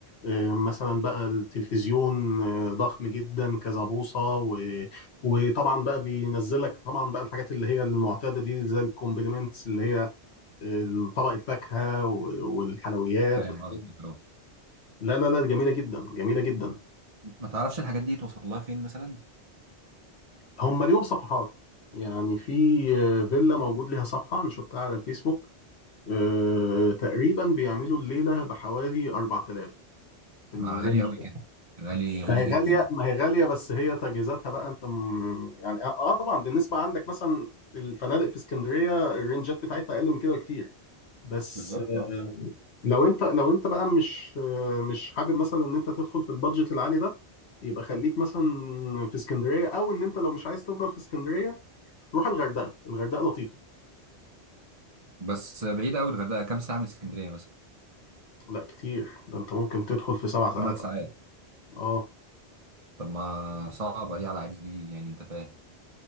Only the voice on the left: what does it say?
آه، مثلا بقى التلفزيون آه، ضخم جدا كذا بوصه و... وطبعا بقى بينزلك طبعا بقى الحاجات اللي هي المعتاده دي زي الكومبليمنتس اللي هي طبق الفاكهه والحلويات
والحاجات
دي لا لا لا جميله جدا جميله جدا
هم ليهم صفحات يعني في آه، فيلا موجود ليها صفحه انا شفتها على الفيسبوك آه، تقريبا بيعملوا الليله بحوالي 4000 في
الرينج
ده
ما هي
غاليه
ما هي غاليه بس هي تجهيزاتها بقى انت م... يعني اه آه طبعا بالنسبه عندك مثلا الفنادق في اسكندريه الرينجات بتاعتها اقل من كده بكتير بس
لو انت لو انت بقى مش مش حابب مثلا ان انت تدخل في البادجت العالي ده يبقى خليك مثلا في اسكندريه او ان انت لو مش عايز تفضل في اسكندريه روح الغردقه الغردقه لطيفه
لا كتير ده انت ممكن تدخل في سبع ساعات
اه